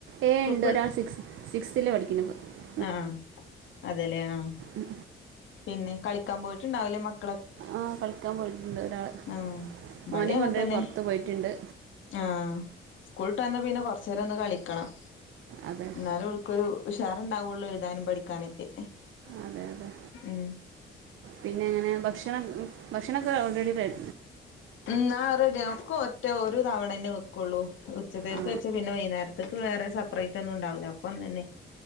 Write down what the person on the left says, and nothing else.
സ്കൂൾ
പോ
ആഹ് ആഹ് അതെ ലെ ആഹ്
പിന്നെ കളിക്കാ പോയ്ട്ട്ണ്ടാവ് ലെ മക്
ആഹ് ഇബടി
അങ്ങൻ
തന്നെ
ആഹ് സ്കൂള്ട്ടന്ന പിന്നെ കൊറച്ചേരൊന്ന് കളിക്കണം.
ന്നാലൊള്ള് കൊരു ഉഷാറ്ണ്ടാവൊള്ളൊ എഴുതാനും പഠിക്കാനൊക്കെ.
ഉമ്
ഉമ് ആ റെഡിയാകു ഒക്കെ ഒറ്റ ഒരു തവണ തന്നെ വെക്കുള്ളൂ ഉച്ചത്തേക്ക്
വെച്ചാ പിന്നെ വൈന്നേര തക് വേറെ സപ്പറേറ്റ് ഒന്നും ഉണ്ടാവുല ഒക്കൊന്നോന്നെ